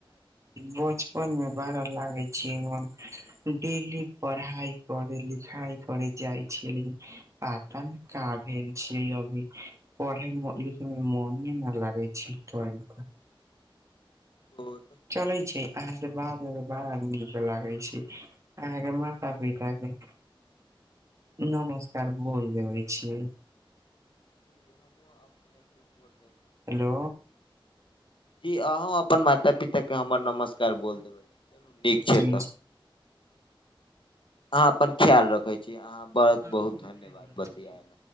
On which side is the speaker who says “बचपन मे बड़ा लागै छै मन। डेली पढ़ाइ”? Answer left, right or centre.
Right